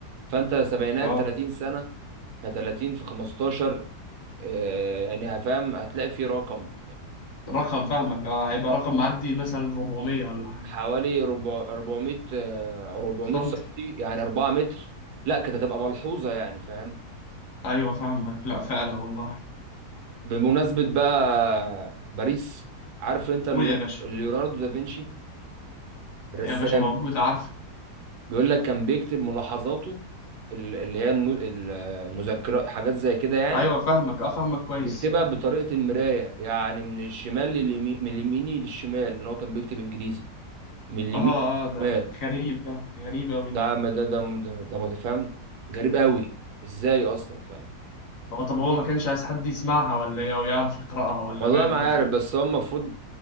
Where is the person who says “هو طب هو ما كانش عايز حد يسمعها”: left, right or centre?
Left